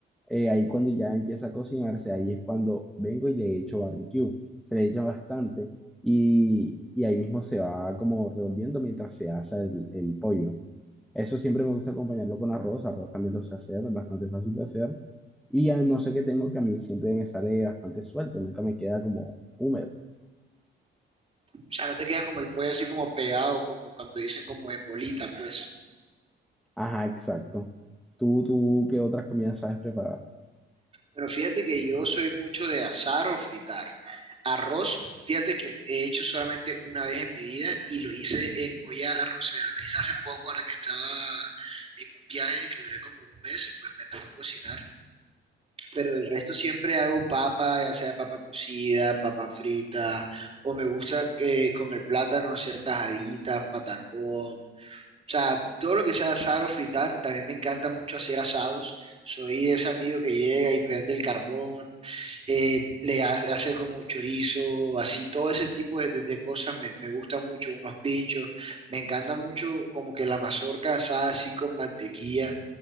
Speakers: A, in the centre; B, on the right (about 30°).
A: eh, ahí cuando ya empieza a cocinarse, ahí es cuando vengo y le echo barbecue. Se le echa bastante y, y ahí mismo se va como revolviendo mientras se asa el el pollo. Eso siempre me gusta acompañarlo con arroz. Arroz también lo sé hacer, es bastante fácil de hacer. Y a no sé qué tengo que a mí siempre me sale bastante suelto, nunca me queda como húmedo.
B: O sea, no te queda como el pollo así como pegado, como cuando dicen como en bolita, pues.
A: Ajá, exacto. ¿Tú, tú qué otras comidas sabes preparar?
B: Pero fíjate que yo soy mucho de asar o fritar. Arroz, fíjate que he hecho solamente una vez en mi vida y lo hice en olla arrocera. Lo hice hace poco, ahora que estaba en un viaje que duré como un mes y pues me tocó cocinar. Pero el resto siempre hago papa, ya sea papa cocida, papa frita, o me gusta eh, con el plátano hacer tajaditas, patacón, o sea, todo lo que sea asar o fritar, también me encanta mucho hacer asados. Soy ese amigo que llega y prende el carbón, eh, le ha- hace como chorizo, así, todo ese tipo de, de- de cosas me, me gusta mucho, unos pinchos. Me encanta mucho como que la mazorca asada así con mantequilla,